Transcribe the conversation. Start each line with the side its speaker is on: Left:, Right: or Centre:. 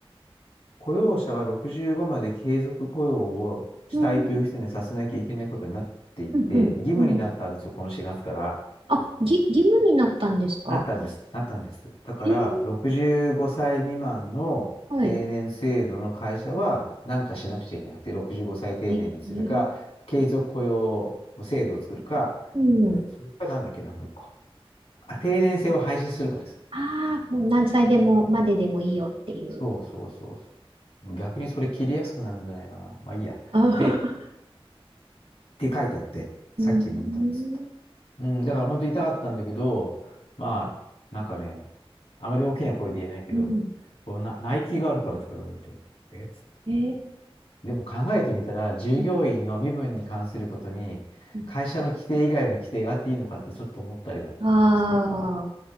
Left: 雇用者は65まで継続雇用をしたいという人にはさせなきゃいけないことになっていて、
Right: うん、うん、うん。
Left: 義務になったんですよ、
Right: うん
Left: この4月から。
Right: あ、ぎ、義務になったんですか
Left: なったんです。なったんです。だから、
Right: へえ、
Left: 65歳未満の定年制度の会社は何かしなくちゃいけなくて、
Right: はい。
Left: 65歳定年にするか、
Right: ええ、
Left: 継続雇用の制度を作るか、
Right: うん。
Left: それかなんだっけな、もう一個。あ、定年制を廃止するかです。
Right: ああ、もう何歳でも、まででもいいよっていう。
Left: そうそうそうそう逆にそれ切りやすくなるんじゃないかな。まあいいや。
Right: ああ、
Left: で、て書いてあって、さっきも見たんですけど。
Right: うん、
Left: うん、だから本当に痛かったんだけど、まあ、なんかね、あまり大きな声で言えないけど、
Right: うん。
Left: こうな、ナイキがあるからとか言われて、えっつって。
Right: ええ、
Left: でも考えてみたら、従業員の身分に関することに、
Right: うん
Left: 会社の規定以外の規定があっていいのかってちょっと思ったりはして、
Right: ああ、